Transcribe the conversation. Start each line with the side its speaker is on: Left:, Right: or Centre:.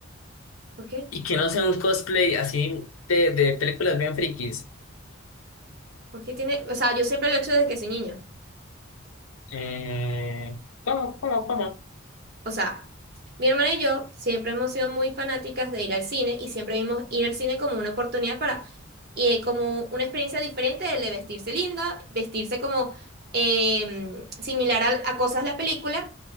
Right: ¿Por qué?
Left: y que no sea un cosplay así de, de películas bien frikis.
Right: Porque tiene, o sea, yo siempre lo he hecho desde que soy niña.
Left: Eh, ¿cómo, cómo, cómo?
Right: O sea, mi hermana y yo siempre hemos sido muy fanáticas de ir al cine y siempre vimos ir al cine como una oportunidad para, eh, como una experiencia diferente de vestirse linda, vestirse como eh, similar a, a cosas de la película